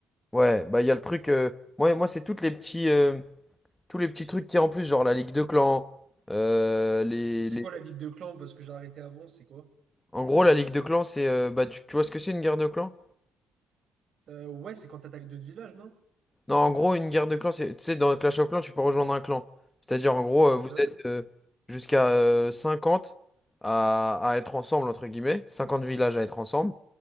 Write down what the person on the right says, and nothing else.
C'est
quoi la ligue de clans? Parce que j'ai arrêté avant, c'est quoi?
Euh, ouais, c'est quand t'attaques d'autres villages, non?
Ok.